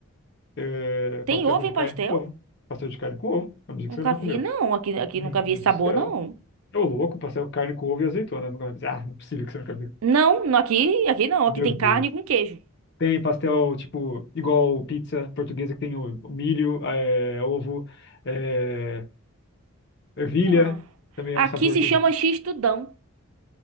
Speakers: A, on the left; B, on the right.
A: é, pastel
B: Tem ovo
A: de
B: em pastel?
A: carne com ovo. Pastel de carne com ovo. A dizer
B: Nunca
A: que você nunca
B: vi,
A: comeu.
B: não. Aqui, aqui
A: Meu
B: nunca
A: Deus
B: vi esse sabor,
A: do céu.
B: não.
A: Ô, louco, pastel carne com ovo e azeitona. Nunca mais. Ah, não é possível que você nunca viu.
B: Não, no- aqui, aqui não.
A: Meu
B: Aqui tem
A: Deus.
B: carne com queijo.
A: Tem pastel, tipo, igual pizza portuguesa, que tem o o milho, é, ovo, é, ervilha.
B: Ah,
A: Também
B: Aqui
A: é um sabor
B: se
A: que
B: chama X-tudão.